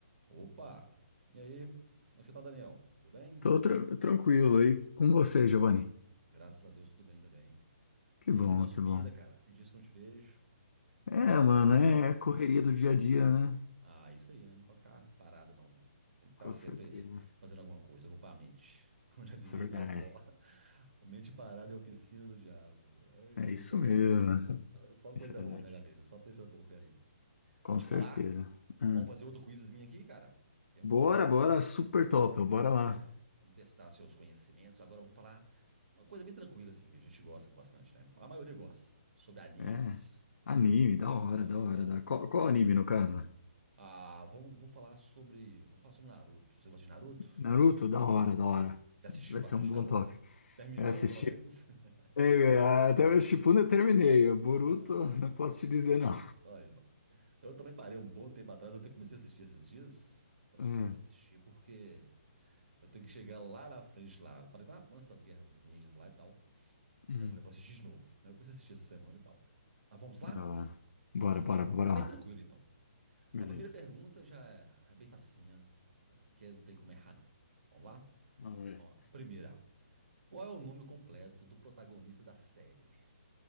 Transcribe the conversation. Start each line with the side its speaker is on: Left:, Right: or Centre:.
Right: Opa! E aí? Como é que você tá, Daniel? Tudo bem?
Left: Tô tra- tranquilo aí com você, Giovanni.
Right: Graças a Deus, tudo bem também.
Left: Que
Right: E
Left: bom,
Right: aí, você deu uma sumida,
Left: que bom.
Right: cara? Tem dias que eu não te vejo.
Left: É,
Right: Deixa eu te falar.
Left: mano, é correria do dia a dia, né?
Right: Ah, isso aí, né? Não pode ficar parado, não, né? Tem que estar
Left: Com
Right: sempre
Left: certeza.
Right: <laughs> fazendo alguma coisa, ocupar a mente. <laughs> Como já dizia
Left: Isso é verdade.
Right: minha avó, <laughs> mente parada é a oficina do diabo. Ai,
Left: É isso
Right: E pior
Left: mesmo.
Right: que é mesmo. Só
Left: Isso
Right: coisa
Left: é verdade.
Right: ruim na cabeça, só pensa porcaria.
Left: Com
Right: Vou te
Left: certeza.
Right: falar.
Left: Hum.
Right: Vamos fazer outro quizinho aqui, cara? Tem um quiz
Left: Bora, bora, super top,
Right: Vamos-
Left: bora lá.
Right: Aí, ó. Vamos testar seus conhecimentos. Agora vamos falar uma coisa bem tranquila, assim, que a gente gosta bastante, né? A maioria gosta. Sobre animes.
Left: É, anime, da hora,
Right: Aí,
Left: da hora,
Right: ó.
Left: da hora. Qual, qual anime, no caso?
Right: Ah, vamos, vou falar sobre. Vamos falar sobre Naruto. Você gosta de Naruto?
Left: Naruto, da hora,
Right: Sim.
Left: da hora.
Right: Já assistiu
Left: Vai
Right: bastante
Left: ser um bom
Right: Naruto?
Left: top.
Right: Terminou,
Left: Eu assisti.
Right: pelo menos? <laughs>
Left: É, até o Shippuden eu terminei. O Boruto,
Right: Ah,
Left: <laughs> não posso te dizer não.
Right: aí, ó. Eu também parei um bom tempo atrás, eu até comecei a assistir esses dias. Falei,
Left: É.
Right: "Ah, vou começar a assistir porque eu tenho que chegar lá na frente, lá. Parei lá antes das guerras ninjas lá e tal.
Left: Hum.
Right: Aí eu falei, vou assistir de novo. Aí eu comecei a assistir essa semana e tal. Mas vamos lá?
Left: Da hora. Bora,
Right: Ó,
Left: bora, bora
Right: é bem
Left: lá.
Right: tranquilo então.
Left: Beleza.
Right: A primeira pergunta já é, é bem facinha. né? Aqui não tem como errar, não. Vamos lá?
Left: Vamos ver.
Right: Ó, a primeira. Qual é o nome completo do protagonista da série?